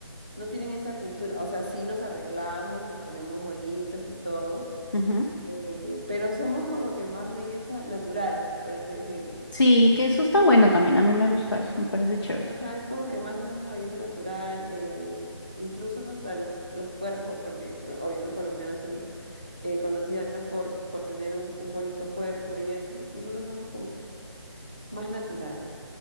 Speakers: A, on the right; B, on the left.
A: no tienen esa cultura. O sea, sí nos arreglamos, nos ponemos bonitas y todo,
B: ujú.
A: eh, pero somos como que más belleza natural, por así decirlo.
B: Sí, que eso está bueno también. A mí me gusta eso, me parece chévere.
A: Ajá, es como que más una belleza natural, eh, incluso hasta los, los cuerpos, porque eh, obvio las colombianas son eh, conocidas por, por tener un, un bonito cuerpo y eso. Nosotros somos como que más natural.